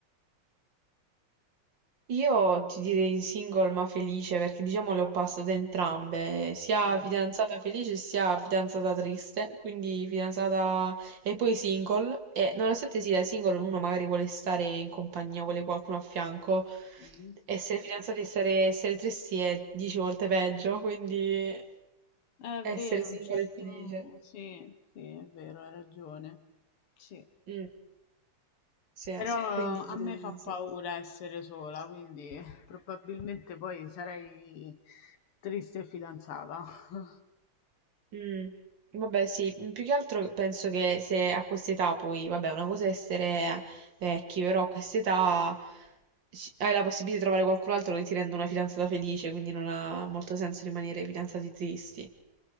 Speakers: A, on the right (about 60°); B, on the left (about 85°).
A: Io ti direi single ma felice perché diciamo le ho passate entrambe, sia
B: Eh.
A: fidanzata felice sia fidanzata triste, quindi fidanzata e poi single e nonostante sia single uno magari vuole stare in compagnia, vuole qualcuno a fianco,
B: Mhm.
A: essere fidanzati e essere, essere tristi è dieci volte peggio, quindi
B: È
A: essere
B: vero,
A: single
B: Eh un sì, certo...
A: e felice.
B: Sì, sì, è vero, hai ragione. Sì. sì.
A: Mm, sì, eh,
B: Però
A: quindi direi
B: Sì. a me fa paura
A: sì.
B: essere sola, quindi <laughs> probabilmente poi sarei triste e fidanzata. <laughs>
A: Mm, Vabbè, sì, mm, più che altro penso che se a quest'età poi, vabbè, una cosa è essere vecchi, però a quest'età ci- hai la possibilità di trovare qualcun altro che ti renda una fidanzata felice, quindi non ha molto senso rimanere fidanzati tristi.